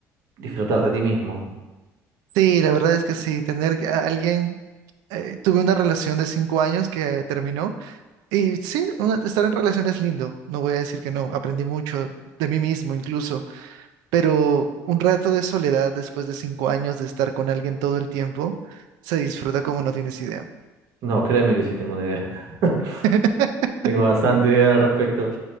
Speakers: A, on the right; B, on the right.
A: disfrutarte a ti mismo.
B: Sí, la verdad es que sí, tener que- a alguien, eh, tuve una relación de cinco años que terminó y sí, una- estar en relación es lindo, no voy a decir que no, aprendí mucho de mí mismo incluso pero un rato de soledad después de cinco años de estar con alguien todo el tiempo se disfruta como no tienes idea.
A: No, créeme que sí tengo una idea.
B: <laughs>
A: <laughs> Tengo bastante idea al respecto.